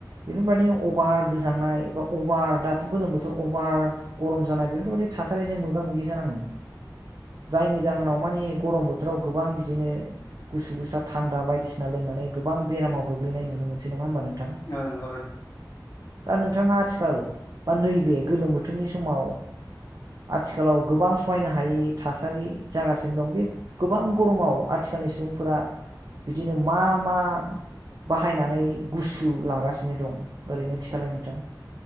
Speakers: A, on the right; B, on the left.
A: बेफोरबायदिनो अभार गोजांनाय बा अभार दाथ' गोलोम बोथोर अभार। बेफोरबायदि थासारिजों मोगा मोगि जानाङो। जायनि जाहोनाव माने गरम बोथोराव गोबां बिदिनो। गुसु गुसा थान्दा बायदिसिना लोंनानै गोबां बेरामाव गोग्लैनाय नुनो मोनसै नङा होमबा नोंथां।
B: औ नंगौ नोंथां।
A: दा नोंथाङा आथिखाल बा नैबे गोलोम बोथोरनि समाव आथिखालाव गोबां सहायनो हायै थासारि जागासिनो दं बे गोबां गरमाव आथिखालनि सुबुंफोरा बिदिनो मा मा। बाहायनानै गुसु लागासिनो दं ओरैनो खिथालाय नोंथां।